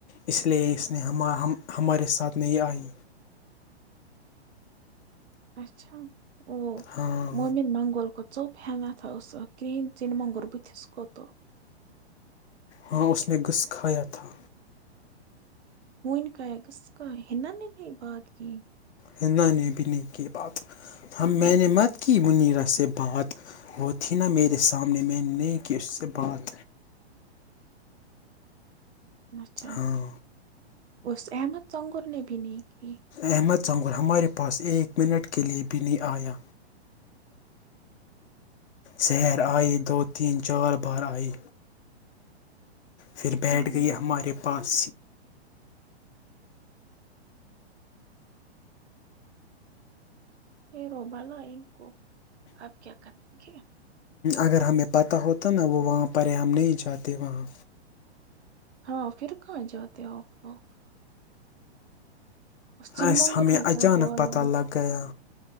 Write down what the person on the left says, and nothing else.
اس لیے اس نے ہم ہمارے ساتھ نہیں آئی
ہاں
ہاں اس نے گھس کھایا تھا
ہا نے بھی نہیں کی بات ہم میں نے مت کی منیرا سے بات وہ تھی نا میرے سامنے میں نے کہ اس سے بات
ہاں
احمد سانگور ہمارے پاس ایک منٹ کے لیے بھی نہیں آیا سیر آئی دو تین چار بار آئی پھر بیٹھ
گئی ہمارے پاس
اگر ہمیں پتہ ہوتا نا وہ وہاں پر ہے ہم نہیں جاتے وہاں
اس
ہمیں
اچانک
پتہ
لگ گیا